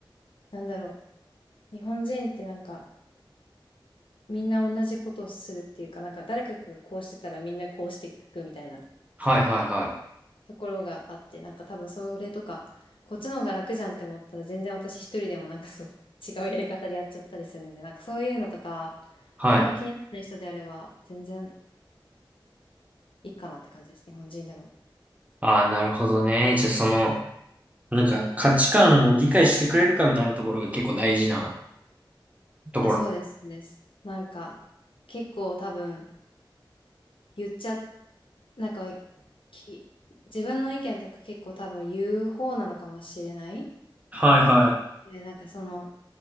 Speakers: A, on the left; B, on the right.
A: なんだろう、日本人ってなんかみんな同じことをするっていうか、なんか誰かがこうしてたらみんなこうしていくみたいな。
B: はいはいはい。
A: ところがあって、なんか多分それとか、こっちの方が楽じゃんって思ったら全然私一人でもなんかそ違うやり方でやっちゃったりするんで、なんかそういうのとか、
B: はい。
A: あんま気にならない人であれば全然いいかなって感じです、日本人でも。
B: ああ、なるほどね。じゃあその、なんか価値観を理解してくれるかみたいなところが結構大事なところ。
A: あ、そうです、そうです。なんか結構多分言っちゃ、なんかき、自分の意見とか結構多分言う方なのかもしれない。
B: はいはい。
A: で、なんかその、